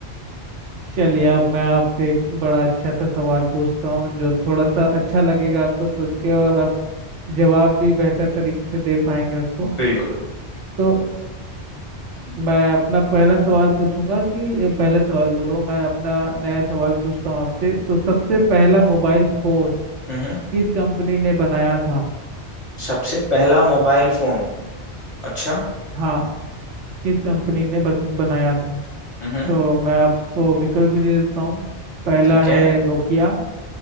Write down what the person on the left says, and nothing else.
बिल्कुल
हम्म
सबसे पहला मोबाइल फोन अच्छा
हम्म
ठीक
है